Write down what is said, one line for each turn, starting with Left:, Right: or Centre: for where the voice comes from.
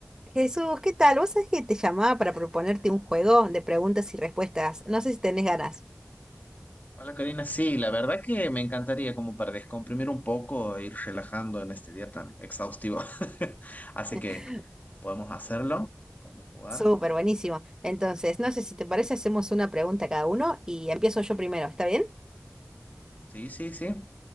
Right: Jesús, ¿qué tal? ¿Vos sabés que te llamaba para proponerte un juego de preguntas y respuestas? No sé si tenés ganas.
Left: Hola Karina, sí, la verdad que me encantaría como para descomprimir un poco e ir relajando en este día tan exhaustivo. <laughs> Así
Right: <laughs>
Left: que podemos hacerlo, podemos jugar.
Right: Súper, buenísimo. Entonces, no sé si te parece, hacemos una pregunta a cada uno y empiezo yo primero, ¿está bien?
Left: Sí, sí, sí.